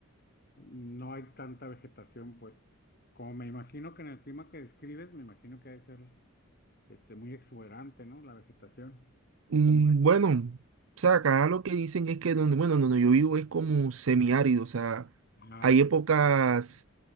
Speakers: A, on the left; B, on the right.
A: no hay tanta vegetación, pues, como me imagino que en el clima que describes, me imagino que debe ser este, muy exuberante, ¿no? La vegetación, o
B: Mm,
A: como es.
B: Bueno, o sea, acá lo que dicen es que donde, bueno, donde yo vivo es como semiárido, o sea,
A: Ah,
B: hay
A: ok,
B: épocas,